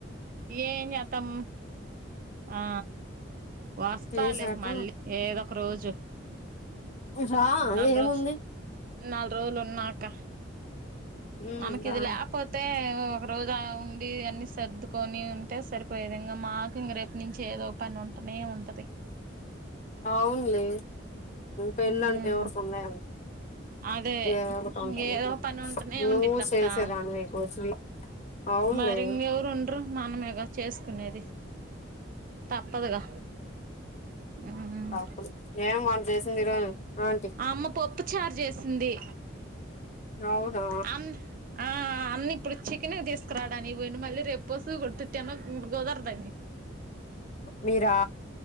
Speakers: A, on the right (about 45°); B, on the left (about 35°).
A: ఏం చేస్తాం ఆ వస్తాలి
B: తీసాక
A: మళ్ళీ ఏదో ఒక రోజు
B: రా
A: నాలుగు
B: ఏముంది
A: రోజు నాలుగు రోజులు ఉన్నాక
B: ఉమ్
A: మనకి
B: రా
A: ఇది లేప్ పోతే ఒక రోజు ఉండి అన్నీ సర్దుకొని ఉంటే సరిపోయే విది ఇంగా మాకు ఇంక రేపు నుంచి ఏదో పని ఉంటనే ఉంటది
B: అవునులే పెళ్ళంటే
A: ఉమ్
B: ఎవరికు ఉన్నాయని
A: అదే
B: ఏదో ఒకటి ఉంటది
A: ఇంగేదో పని ఉంటనే
B: నువ్వు
A: ఉండిద్దక్క
B: చేసే దానివి భోజ అవునులే
A: మరి ఇంకెవరు ఉండరు మనమేగా చేసుకునేది తప్పదుగా ఉమ్
B: తప్పదు ఏం వంట చేసింది ఈరోజు ఏంటి
A: ఆ అమ్మ పప్పు చారు చేసింది
B: అవునా
A: ఆ ఆ అన్న ఇప్పుడుచ్చికెన తీసుకురాడానికి పోయిండు మళ్ళీ రేపు పశవు కొతుతిమ గోదార్ దాన్నిని
B: మీరా